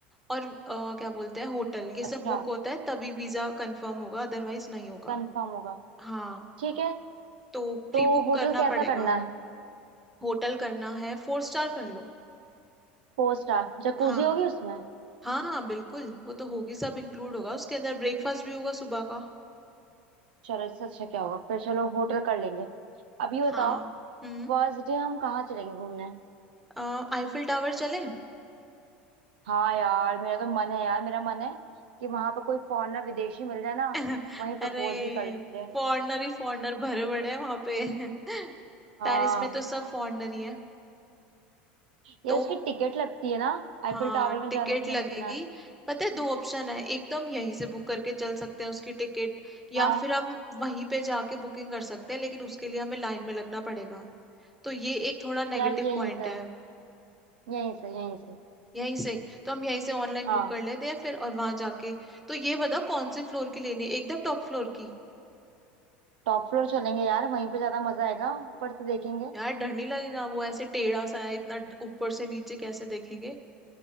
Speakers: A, in the centre; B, on the right.
A: और अ, क्या बोलते हैं होटल ये
B: अच्छा
A: सब बुक होता है तभी वीजा कंफर्म होगा अदरवाइज नहीं होगा
B: कंफर्म होगा
A: हाँ
B: ठीक है
A: तो प्री
B: तो
A: बुक
B: होटल
A: करना
B: कैसा
A: पड़ेगा
B: करना है
A: होटल करना है फोर स्टार कर लो
B: फोर स्टार जकूजी
A: हाँ
B: होगी उसमें
A: हाँ हाँ बिल्कुल वो तो होगी सब इंक्लूड होगा उसके अंदर ब्रेकफास्ट भी होगा सुबह का
B: चलो इससे अच्छा क्या होगा फिर चलो होटल कर लेंगे अब ये बताओ
A: हाँ हम्म
B: फर्स्ट डे हम कहाँ चलेंगे घूमने
A: अ, आईफिल टावर चले
B: हाँ यार मेरा तो मन है यार मेरा मन है कि वहां पर कोई फॉरेनर विदेशी मिल जाए ना
A: <laughs>
B: वहीं प्रपोज
A: अरे
B: भी कर ले मुझे
A: फॉरनर ही फॉरनर भरे पड़े हैं वहां पे <laughs>
B: हाँ
A: पेरिस में तो सब फॉरनर ही है
B: यार
A: तो
B: उसकी टिकट लगती है ना आईफिल
A: हाँ
B: टावर में
A: टिकट
B: जाने की मैंने
A: लगेगी
B: सुना है
A: पता है दो ऑप्शन है एक तो हम यहीं से बुक करके चल सकते हैं उसकी टिकट या
B: हाँ
A: फिर हम वहीं पे जाके बुकिंग कर सकते हैं लेकिन उसके लिए हमें लाइन में लगना पड़ेगा तो ये एक थोड़ा नेगेटिव
B: यार यहीं
A: पॉइंट
B: से
A: है
B: यहीं से यहीं से
A: यहीं से तो हम यहीं से ऑनलाइन
B: हाँ
A: बुक कर लेते हैं फिर और वहां जाके तो ये बताओ कौन से फ्लोर की लेनी है एकदम टॉप फ्लोर की
B: टॉप फ्लोर चलेंगे यार वहीं पे ज्यादा मजा आएगा ऊपर से देखेंगे
A: यार डर नहीं लगेगा वो ऐसे टेढ़ा सा है इतना ड- ऊपर से नीचे कैसे देखेंगे